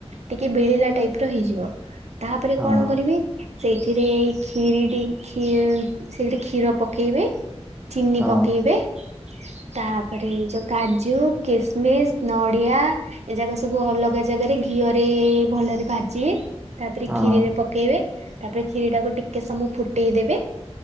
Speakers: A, on the right (about 80°); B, on the right (about 15°).
A: ଟିକେ ବିଳିଲା ଟାଇପ ର ହେଇଯିବ ତାହାପରେ
B: ହଁ
A: କଣ କରିବି ସେଇଥିରେ କ୍ଷୀରି ଦେଇ କ୍ଷୀ ସେଥିରେ କ୍ଷୀର ପକେଇବେ ଚିନି
B: ହଁ
A: ପକେଇବେ ତାପରେ ଯ କାଜୁ କିସ୍ମିସ୍ ନଡ଼ିଆ ଏ ଯାଗ ସବୁ ଅଲଗା ଜାଗାରେ ଘିଅରେ ଭଲରେ ଭାଜିବେ ତାପରେ
B: ହଁ
A: ଖିରି ରେ ପକେଇବେ ତାପରେ କ୍ଷୀରି ଟାକୁ ଟିକେ ସମୟ ଫୁଟେଇ ଦେବେ